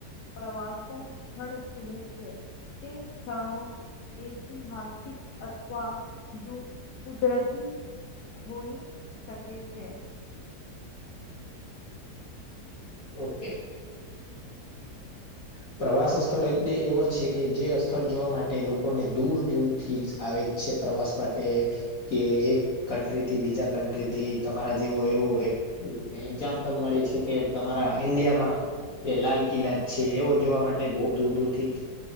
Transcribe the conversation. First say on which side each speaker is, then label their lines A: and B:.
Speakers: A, on the left; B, on the left.
A: પ્રવાસન સ્થળ કહે છે તે સ્થળો ઐતિહાસિક અથવા દુ કુદરતી હોઈ શકે છે
B: ઓકે હ પ્રવાસ સ્થળ એટલે એવો છે કે જે સ્થળ જોવા માટે લોકોને દૂર દૂર થીજ આવે છે પ્રવાસ માટે કે એક કન્ટ્રીથી બીજા કન્ટ્રીથી તમારા જેવો એવું એક હમ એક્ઝામ્પલ મળે છે કે તમારા ઈન્ડિયામાં જે લાલ કિલ્લા છે એવો જોવા માટે બહુ દૂર દૂર થીજ